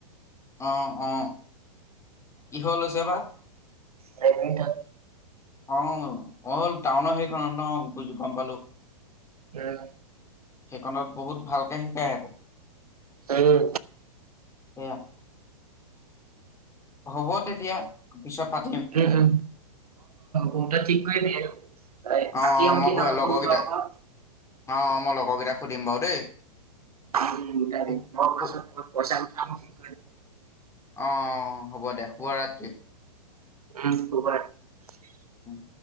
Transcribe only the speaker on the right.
বেডমিন্টন।
উম।
আৰু
উম হুম হ'ব তই ঠিক কৰিবি আৰু
বাকী আৰু
কি আৰু
কি কৰ ক
উ
ম পাছত
পইচা কাম কৰে
উম শুভৰাত্ৰি।